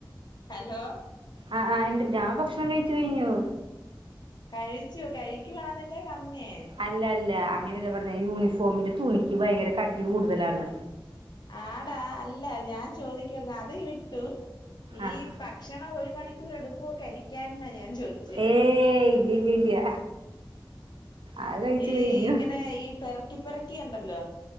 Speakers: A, on the left (about 60°); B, on the right (about 80°).
A: ഹലോ
B: ആഹ് ആഹ് ഇണ്ട് ഞാൻ ഭക്ഷണം കഴിച്ചു കഴിഞ്ഞു
A: കഴിച്ചു കഴിക്കുവാണെന്നല്ലേ പറഞ്ഞേ
B: അല്ല അല്ല അങ്ങനെയല്ല പറഞ്ഞ യൂണിഫോമിന്റെ തുണിക്ക് ഭയങ്കര കട്ടി കൂടുതലാണ്
A: ആടാ അല്ല ഞാൻ ചോദിക്കരുന്നു അത് വിട്ടു ഈ
B: ആഹ്
A: ഭക്ഷണം ഒരു മണിക്ക് കൂർ എടുക്കുവോ കഴിക്കാൻ ഞാൻ ചോയിച്ചേ
B: ഏയ് ഇല്ലില്ലില്ല അത് കഴിച്ചു
A: ഈ
B: കഴിഞ്ഞു
A: ഇങ്ങനെ ഈ പെറക്കി പെറക്കി ഉണ്ടല്ലോ